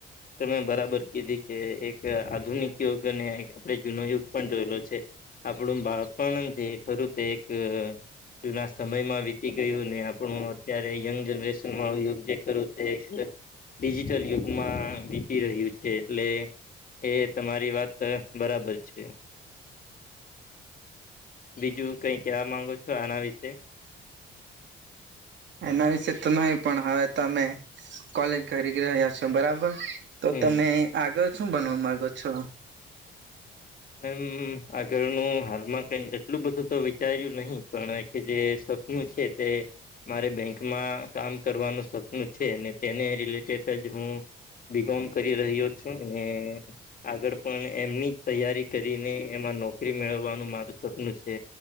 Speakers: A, on the left; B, on the right.
A: તમે બરાબર કીધી કે એક આધુનિક યુગ અને એક આપળે જૂનો યુગ પણ જોયેલો છે આપણું બાળપણ જે ખરું તે એક જુના સમયમાં વીતી ગયું ને આપણું અત્યારે યંગ જનરેશન વાળુ યુથ જે ખરું તે ડિજિટલ યુગમાં વીતી રહ્યું છે. એટલે એ તમારી વાત બરાબર છે. બીજું કઈ કહેવા માંગો છો આના વિશે.
B: એના વિશે તો નહી પણ હવે તમે કોલેજ કરી રહ્યા છો બરાબર. તો
A: હમ
B: તમે આગળ શું બનવા માંગો છો.
A: એમ આગળનું હાલમાં કઈ એટલું બધું તો વિ વિચાર્યું નહી પણ કે જે સપનું છે તે મારે બેંક માં કામ કરવાનું સપનું છે અને તેને રિલેટેડ જ હું બીકોમ કરી રહ્યો છું ને આગળ પણ એમની જ તૈયા કરીને એમાં નોકરી મેળવવાનું મારું સપનું છે